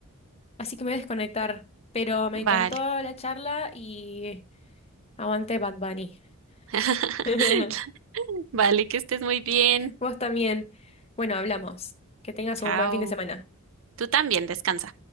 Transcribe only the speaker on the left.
así que me voy a desconectar, pero me
encantó la charla y aguante Bad Bunny.
<laughs>
Vos también. Bueno, hablamos. Que tengas
un buen fin de semana.